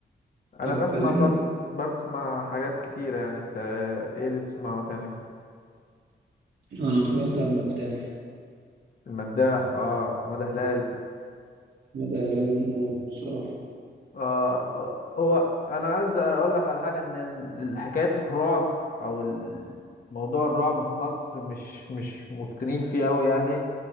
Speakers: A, on the left; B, on the right.
A: انا
B: طب
A: بسمع
B: كلمنا
A: برضه بسمع حاجات كتيره يعني انت آه، ايه اللي بتسمعه تاني
B: أنا اتفرجت على المداح
A: المداح اه حماده هلال
B: بدأ هلال موت بصراحة
A: آه هو انا عايز اقول لك على حاجه ان ال- حكايه الرعب او ال- موضوع الرعب في مصر مش مش متقنين فيه قوي يعني